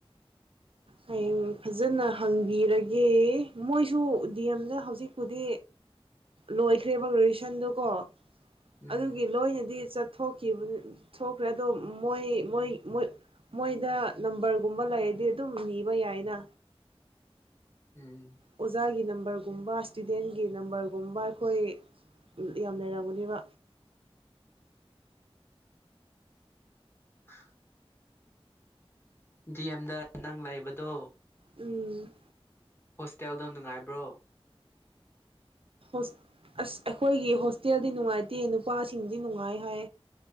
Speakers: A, on the right (about 60°); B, on the left (about 25°).
A: ꯍꯌꯦꯡ ꯐꯖꯅ ꯍꯪꯕꯤꯔꯒꯦ ꯃꯣꯏꯁꯨ ꯗꯤ ꯑꯦꯝꯗ ꯍꯧꯖꯤꯛꯄꯨꯗꯤ ꯂꯣꯏꯈ꯭ꯔꯦꯕ ꯔꯣꯍꯤꯁꯟꯗꯨꯀꯣ
B: ꯎꯝ
A: ꯑꯗꯨꯒꯤ ꯂꯣꯏꯅꯗꯤ ꯆ ꯊꯣꯛꯈꯤꯕ ꯊꯣꯛꯈ꯭ꯔꯦ ꯑꯗꯣ ꯃꯣꯏ ꯃꯣꯏ ꯃꯣꯏꯗ ꯅꯝꯕꯔꯒꯨꯝꯕ ꯂꯩꯔꯗꯤ ꯑꯗꯨꯝ ꯅꯤꯕ ꯌꯥꯏꯅ
B: ꯎꯝ
A: ꯑꯣꯖꯥꯒꯤ ꯅꯝꯕꯔꯒꯨꯝꯕ ꯏꯁꯇꯨꯗꯦꯟꯒꯤ ꯅꯝꯕꯔꯒꯨꯝꯕ ꯑꯩꯈꯣꯏ ꯌꯥꯝ ꯂꯩꯔꯝꯒꯅꯦꯕ
B: ꯑ ꯗꯤ ꯑꯦꯝꯗ ꯅꯪ ꯂꯩꯕꯗꯣ
A: ꯎꯝ
B: ꯍꯣꯁꯇꯦꯜꯗꯣ ꯅꯨꯡꯉꯥꯏꯕ꯭ꯔꯣ
A: ꯑꯁ ꯑꯩꯈꯣꯏꯒꯤ ꯍꯣꯁꯇꯦꯜꯗꯤ ꯅꯨꯡꯉꯥꯏꯇꯦ ꯅꯨꯄꯥꯁꯤꯡꯗꯤ ꯅꯨꯡꯉꯥꯏ ꯍꯥꯏ